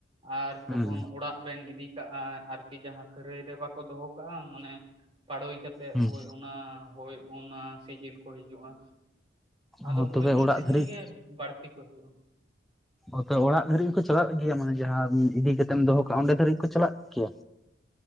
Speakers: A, on the right (about 30°); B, in the centre.
A: ᱟᱨ ᱛᱚᱠᱷᱚᱱ
B: ᱦᱩᱸ
A: ᱚᱲᱟᱜ ᱵᱮᱱ ᱤᱫᱤ ᱠᱟᱜᱼᱟ ᱟᱨᱠᱤ ᱡᱟᱦᱟᱸ, ᱠᱷᱟᱹᱨᱟᱹᱭ ᱨᱮ ᱵᱟᱠᱚ ᱫᱚᱦᱚ ᱠᱟᱜᱼᱟ, ᱢᱟᱱᱮ ᱯᱟᱲᱳᱭ ᱠᱟᱛ ᱛᱮᱜ
B: ᱦᱩᱸ
A: ᱦᱳᱭ ᱚᱱᱟ ᱦᱳᱭ ᱚᱱᱟ, ᱥᱤᱡᱤᱱ ᱠᱚ ᱦᱤᱡᱩᱜᱼᱟ᱾ ᱟᱫᱚ
B: ᱦᱩᱸ ᱛᱚᱵᱮ
A: ᱦᱳᱭ ᱚᱱᱟ
B: ᱚᱲᱟᱜ
A: ᱥᱤᱡᱤᱱ
B: ᱫᱷᱟᱹᱨᱤᱡ
A: ᱜᱮ, ᱵᱟᱹᱲᱛᱤ ᱠᱚ ᱦᱤᱡᱩᱜᱼᱟ᱾
B: ᱚᱛᱮ ᱚᱲᱟᱜ ᱫᱷᱟᱹᱨᱤᱡ ᱦᱚᱸᱠᱚ ᱪᱟᱞᱟᱜ ᱜᱮᱭᱟ, ᱢᱟᱱᱮ ᱡᱟᱦᱟᱸᱢ ᱤᱫᱤ ᱠᱟᱛᱮᱢ ᱫᱚᱦᱚ ᱠᱟᱜᱼᱟ, ᱚᱸᱰᱮ ᱫᱷᱟᱹᱨᱤᱡ ᱠᱚ ᱪᱟᱞᱟᱜᱼᱼ ᱠᱭᱟ